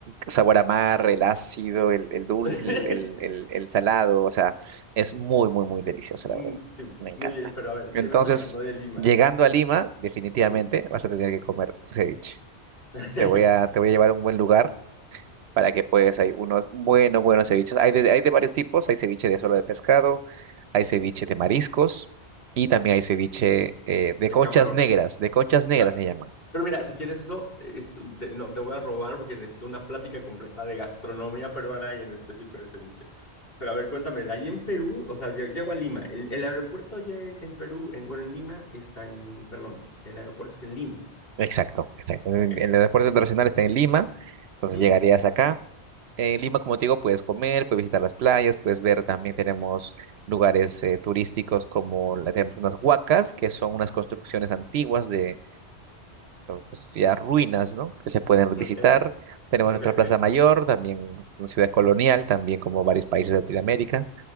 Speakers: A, on the right; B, on the left.
A: sabor a mar, el ácido, el, el dulce,
B: <laughs>
A: el, el- el- el salado, o sea, es muy, muy, muy delicioso,
B: Mm,
A: la verdad.
B: Sí,
A: Me encanta.
B: muy bien, pero a ver,
A: Entonces,
B: sígueme contando de Lima.
A: llegando a Lima, definitivamente
B: Ujú.
A: vas a tener que comer tu ceviche.
B: <laughs>
A: Te voy a, te voy a llevar a un buen lugar para que puedas. Hay unos buenos, buenos ceviches. Hay de, hay de varios tipos. Hay ceviche de solo de pescado, hay ceviche de mariscos y también hay ceviche eh, de
B: De
A: conchas
B: camarón.
A: negras. De conchas negras
B: Ah, ok.
A: se llaman.
B: Pero mira, si quieres eso, es- te- no, te voy a robar porque necesito una plática completa de gastronomía peruana y en específico del ceviche. Pero a ver, cuéntame, de ahí en Perú, o sea, lle- llego a Lima. El, el aeropuerto allá en, en Perú, en, bueno, en Lima está en, perdón, el aeropuerto es en Lima.
A: Exacto, exacto. En,
B: Ok.
A: en el deporte internacional está en Lima, entonces
B: Ujú.
A: llegarías acá. En Lima, como te digo, puedes comer, puedes visitar las playas, puedes ver también tenemos lugares eh, turísticos como la- tenemos unas huacas, que son unas construcciones antiguas de pues, ya ruinas, ¿no? Que se pueden
B: Ok,
A: visitar. Tenemos
B: ok,
A: nuestra
B: ok,
A: Plaza Mayor, también una ciudad colonial, también como varios países de Latinoamérica.